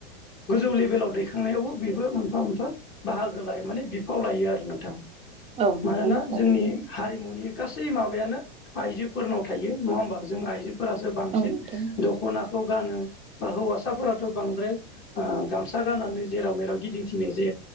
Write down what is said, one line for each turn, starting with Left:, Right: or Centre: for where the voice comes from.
Left: गोजौ लेभेलाव दैखांनायावबो बेबो मोनफा मोनफा बाहागो लायो माने बिफाव लायो आरो नोंथां
Right: औ नोंथां औ नोंथां
Left: मानोना
Right: थारैनो
Left: जोंनि हारिमुनि गासै माबायानो आइजोफोरनाव थायो नङा होमबा जों आइजोफोरा जोब बांसिन
Right: औ नोंथां
Left: दख'नाखौ गानो बा हौवासाफोराथ' बांद्राय ओ गामसा गाननानै जेराव मेराव गिदिंथिङो जे